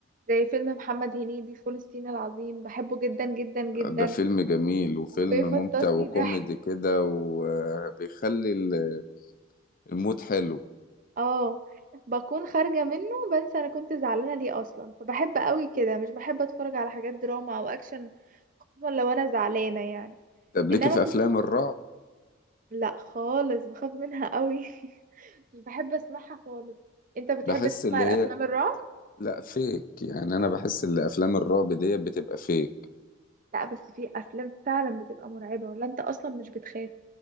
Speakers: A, on the right; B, on the left.
A: زي فيلم محمد هنيدي فول الصين العظيم بحبه جدا جدا جدا
B: ده فيلم جميل وفيلم
A: بيفطسني
B: ممتع وكوميدي
A: ضحك
B: كده وبيخلي ال- المود حلو
A: اه بكون خارجة منه بنسى انا كنت زعلانة ليه اصلا فبحب قوي كده مش بحب اتفرج على حاجات دراما او اكشن خصوصا لو انا زعلانة يعني
B: طب ليكي
A: انما
B: في
A: في
B: افلام الرعب
A: لا خالص بخاف منها قوي <laughs> مش بحب اسمعها خالص انت بتحب
B: بحس
A: تسمع
B: اللي
A: الافلام
B: هي
A: الرعب
B: لا فيك يعني انا بحس ان افلام الرعب دي بتبقى فيك
A: لا بس في افلام فعلا بتبقى مرعبة ولا انت اصلا مش بتخاف